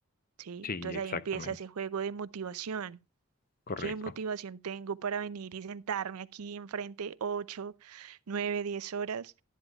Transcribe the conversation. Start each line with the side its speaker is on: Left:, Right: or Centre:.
Right: ¿sí?
Left: Sí,
Right: Entonces
Left: exactamente.
Right: ahí empieza ese juego de motivación.
Left: Correcto.
Right: ¿Qué motivación tengo para venir y sentarme aquí enfrente 8, 9, 10 horas?